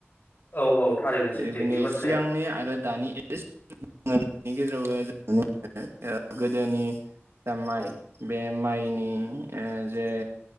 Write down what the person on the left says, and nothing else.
औ औ थारैनो
सैथो बे बाथ्राया।